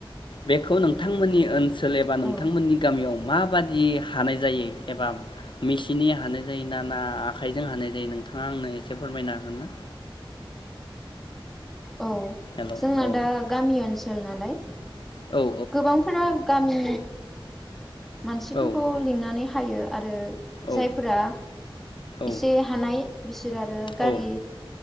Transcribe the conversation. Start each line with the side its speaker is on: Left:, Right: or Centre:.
Left: बेखौ नोंथांमोननि ओनसोल एबा नोंथांमोननि
Centre: औ
Left: गामियाव माबादि हानाय जायो एबा मेसिननि हानाय जायो ना ना आखाइजों हानाय जायो नोंथाङा आंनो एसे फोरमायनो हागोन ना?
Centre: औ
Left: हेल' औ
Centre: जोंना
Left: औ
Centre: दा गामि ओनसो नालाय
Left: औ
Centre: गोबांफोरा गामि मानसिफोरखौ
Left: औ
Centre: लिंनानै हायो आरो
Left: औ
Centre: जायफोरा
Left: औ
Centre: एसे हानाय बिसोर आरो गारि
Left: औ